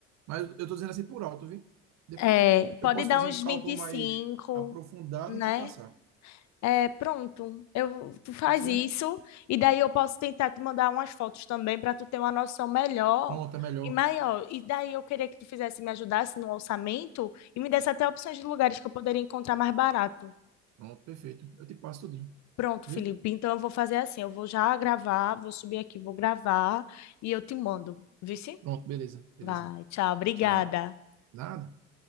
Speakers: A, on the right; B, on the left.
A: Mas eu estou dizendo assim por alto, viu? Depois
B: É, pode
A: eu posso
B: dar
A: fazer
B: uns
A: um cálculo
B: vinte e
A: mais
B: cinco,
A: aprofundado
B: né?
A: e te passar.
B: É, pronto. Eu, tu faz
A: Pode ser?
B: isso e daí eu posso tentar te mandar umas fotos também para tu ter uma noção melhor
A: Pronto, é melhor.
B: e maior. E daí eu queria que tu fizesse me ajudasse no orçamento e me desse até opções de lugares que eu poderia encontrar mais barato.
A: Pronto, perfeito. Eu te passo tudinho,
B: Pronto,
A: viu?
B: Felipe. Então eu vou fazer assim, eu vou já gravar, vou subir aqui, vou gravar e eu te mando. Viu sim?
A: Pronto, beleza, beleza.
B: Vai, tchau, obrigada.
A: Tchau. Nada.